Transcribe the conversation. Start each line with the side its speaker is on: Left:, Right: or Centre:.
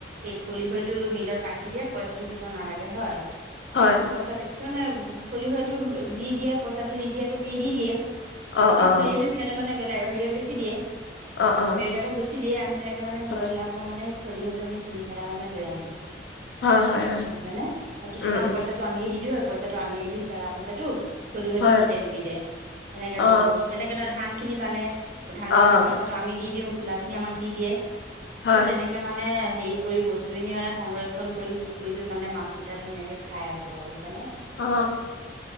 Right: সেই খলিহৈতো মিলত ৰাখি দিয়ে পইচাটো দিব নালাগে হয়
Left: হয়,
Right: পইচাটো কিছুমানে খলিহৈটো দি দিয়ে পইচাটো নিদিয়াকে পেৰি দি দিয়ে।
Left: অ', অ',
Right: সেই খলিহৈটো সিহঁতে মানে বেলেগ হেৰিয়ত বেচি দিয়ে।
Left: অ', অ',
Right: বেলেগক বেছি দিয়ে আমি তেনেকে মানে মিল
Left: হয়,
Right: বিলাকৰ পৰা মানে খলিহৈটো আমি কিনি পেলাই মানে লৈ আহো।
Left: হয়, হয়, হয়
Right: গম পাইছানে আৰু কিছুমানক
Left: উম, উম,
Right: পইচাটো আমিয়ে দি দিওঁ পইচাটো আমিয়ে দিম পেৰা পইচাটো খলিহৈটো
Left: হয়,
Right: মোকে দিবি দে এনেকে
Left: অ',
Right: কৰো যেনেকে ধৰা ধান খিনি বানে। ধান
Left: অ',
Right: নবনা পইচাটো আমি দি দিওঁ খোলা খিনি আমাক দি দিয়ে
Left: হয়।
Right: সেই তেনেকে মানে হেৰি পুখুৰীৰ বস্তুখিনি মানে সংৰক্ষণ কৰি পুখুৰীটোত মানে মাছ কেইটা ধুনীয়াকে খাই আছো আৰু বুইছানে।
Left: অ।